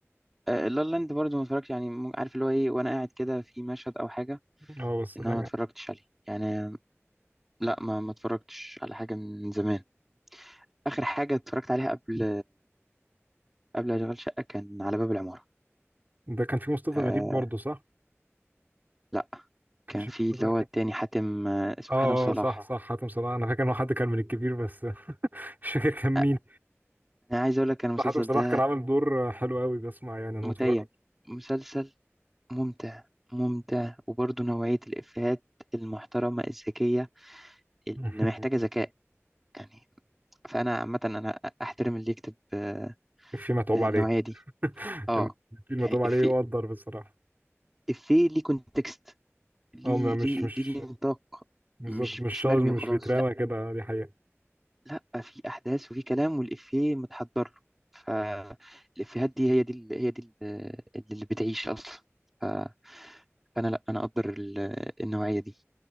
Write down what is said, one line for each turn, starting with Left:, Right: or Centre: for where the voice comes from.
Centre: آه لا لا لاند برضه ما اتفرجتش يعني م- عارف اللي هو ايه وانا قاعد كده في مشهد او حاجة
Right: اه بس
Centre: انما
Right: لا
Centre: ما
Right: يعني.
Centre: اتفرجتش عليه يعني لا ما ما اتفرجتش على حاجة من زمان اخر حاجه اتفرجت عليها قبل قبل اشغال شقه كان على باب العماره
Right: ده كان في مصطفى
Centre: آه
Right: غريب برضه صح
Centre: لا
Right: كان
Centre: كان
Right: في
Centre: في
Right: مصطفى
Centre: اللي
Right: غريب
Centre: هو التاني حاتم آه اسمه
Right: اه
Centre: حاتم صلاح
Right: آه، صح صح حاتم صلاح انا فاكر انه حد كان من الكبير بس <laughs> مش فاكر كان مين
Centre: آه انا عايز اقول لك انا المسلسل
Right: حاتم صلاح
Centre: ده
Right: كان عامل دور حلو قوي بسمع يعني انا
Centre: متيم
Right: اتفرجت
Centre: مسلسل ممتع ممتع وبرضه نوعيه الافيهات المحترمه الذكيه اللي
Right: <laughs>
Centre: محتاجه ذكاء يعني فانا عامه انا احترم اللي يكتب آه
Right: في متعوب
Centre: آه،
Right: عليه
Centre: النوعيه دي
Right: <laughs>
Centre: اه
Right: في المتعوب
Centre: يعني
Right: عليه
Centre: افيه
Right: يقدر بصراحة
Centre: افيه ليه كونتكست ليه
Right: اه ما- مش
Centre: ليه
Right: مش
Centre: ليه نطاق
Right: بالظبط
Centre: مش
Right: مش
Centre: مش
Right: شاز
Centre: مرمي
Right: مش
Centre: وخلاص
Right: بيتراوى كده آه، دي حقيقة
Centre: لا في احداث وفي كلام والافيه متحضر له فالافيهات دي هي دي هي دي اللي بتعيش اصلا ف- فانا لا انا اقدر ال- النوعيه دي